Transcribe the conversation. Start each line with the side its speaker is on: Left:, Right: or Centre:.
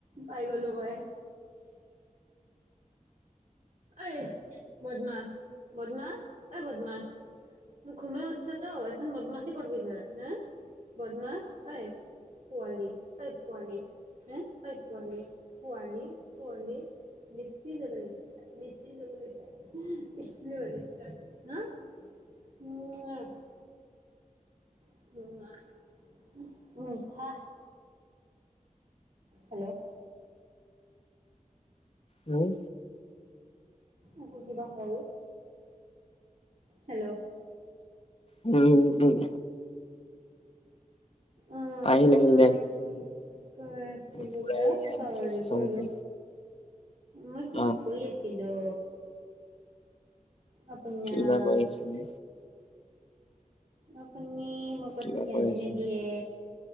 Right: পাই গলোঁ। মই এ', বদমাছ বদমাছ এ, বদমাছ ঘুমে উঠছে তো এখন বদমাছি কৰবি ধৰ হা বদমাছ ঐ পোৱালি এই ঐ পোৱালি হে এই ঐ পোৱালি পোৱালি পোৱালি বেছি ল'বেল হৈছে। বেছি লেবেল হৈছে। বেছি লেবেল হৈছে। তাৰ ন <unintelligible> <unintelligible> মিঠা হেল্লো',
Left: উম।
Right: আকৌ কিবা হ'ল, হেল্ল'!
Left: উম উম।
Right: অ'
Left: আহিল
Right: তো
Left: আহিল
Right: মই
Left: দে
Right: কি কৈ আছিলো
Left: বুঢ়াই
Right: বা
Left: জ্ঞান
Right: পাহৰি
Left: দি আছে চবকে
Right: গলো মই কিবা
Left: অ'।
Right: কৈ আ ছিলো। আপোনাক।
Left: কিবা কৈ আছিলে
Right: আপুনি মোৰ কথা
Left: কিবা
Right: ধ্যানেই
Left: কৈ আছিলে
Right: নিদিয়ে।